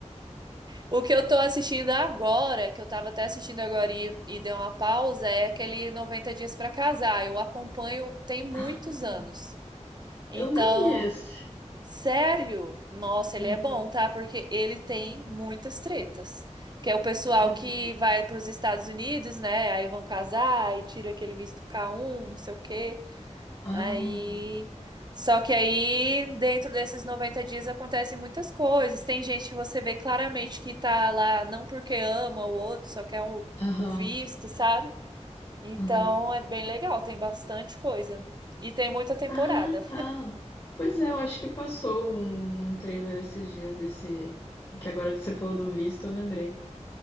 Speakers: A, on the right; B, on the left.
A: O que eu tô assistindo agora, que eu tava até assistindo agora e, e dei uma pausa, é aquele 90 Dias pra Casar. Eu acompanho tem muitos
B: Ah,
A: anos. Então,
B: eu nunca vi esse.
A: sério, nossa,
B: Uhum.
A: ele é bom, tá? Porque ele tem muitas tretas. Que é o pessoal
B: <laughs>
A: que vai pros Estados Unidos, né? Aí vão casar e tira aquele visto K1, não sei o quê.
B: Ah.
A: Aí, só que aí, dentro desses 90 dias acontecem muitas coisas. Tem gente que você vê claramente que tá lá não porque ama o outro, só quer o,
B: Aham,
A: o visto, sabe? Então
B: aham.
A: é bem legal, tem bastante coisa. E tem muita temporada.
B: Ah, tá. Pois é, eu acho que passou um trailer esses dias desse. Que agora que você falou do visto, eu lembrei.